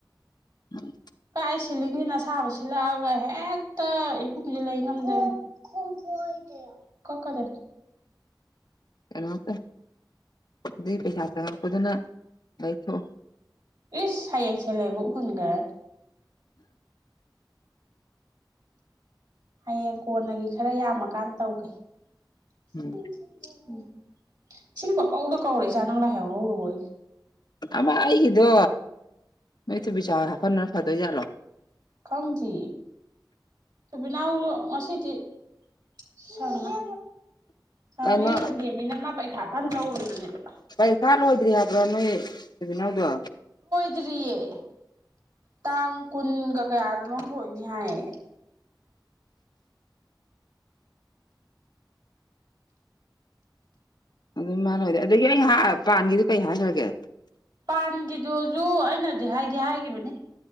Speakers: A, on the left; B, on the right.
A: ꯎꯝ
B: ꯑꯩ ꯁꯤꯂꯤꯡꯁꯤꯅ ꯑꯁꯥꯕ ꯁꯤꯜꯂꯛꯑꯒ ꯍꯦꯛꯇ ꯏꯄꯨꯡꯁꯤ ꯂꯩ ꯉꯝꯗꯦ ꯈꯣꯡꯒ ꯀꯀꯗ
A: ꯀꯩꯅꯣ ꯇ ꯑꯗꯨ ꯄꯩꯁꯥ ꯀꯨꯗꯅ ꯑꯩꯊꯣ
B: ꯑꯦ ꯁꯥꯏꯡ ꯁꯂꯦꯒ ꯍꯟꯒ꯭ꯔ ꯍꯌꯦꯡ ꯀꯣꯟꯅꯒꯤ ꯈꯔ ꯌꯥꯝꯃꯀꯥꯟ ꯇꯧꯒꯦ ꯁꯤꯁꯤꯡꯕ
A: ꯎꯝ
B: ꯀꯧꯗ ꯀꯧꯔꯦ ꯏꯆꯥ ꯅꯪ ꯂꯥꯏ ꯍꯥꯎ ꯍꯧꯔꯨꯕꯣꯏ
A: ꯑꯃ ꯑꯩꯒꯤꯗꯣ ꯅꯣꯏ ꯊꯨꯕꯤ ꯆꯥꯎ ꯍꯥꯞꯄꯅ ꯐꯗꯣꯏꯖꯥꯠꯂꯣ
B: ꯈꯪꯗ꯭ꯌꯦ ꯁꯨꯕꯤꯅꯥꯎꯁꯨ ꯉꯁꯤꯗꯤ ꯪꯅꯤ ꯁꯪꯉꯅꯤ
A: ꯀꯩꯅꯣ
B: ꯁꯟꯗꯦꯅꯤꯅ ꯃꯥ ꯄꯩꯈꯥ ꯀꯝ ꯇꯧꯔꯨꯔꯤꯕꯅꯦꯕ
A: ꯄꯩꯁꯥ ꯂꯣꯏꯗ꯭ꯔꯤ ꯍꯥꯏꯕ꯭ꯔꯣ ꯅꯣꯏ ꯏꯖꯤꯅꯥꯎꯗꯣ
B: ꯀꯨꯗꯔꯤꯦ ꯇꯥꯡ ꯀꯨꯟꯒ ꯀꯌꯥꯗꯅꯣꯝ ꯂꯣꯏꯅꯤ ꯍꯥꯏꯌꯦ
A: ꯑꯗꯨ ꯃꯥꯥꯟꯂꯣꯏꯗꯦ ꯑꯗꯒꯤ ꯑꯩ ꯄꯥꯟꯒꯤꯗꯨ ꯀꯩ ꯍꯥꯏꯈ꯭ꯔꯒꯦ
B: ꯄꯥꯟꯒꯤꯗꯨꯖ ꯑꯩꯅꯗꯤ ꯍꯥꯏꯗꯤ ꯍꯥꯏꯈꯤꯕꯅꯤ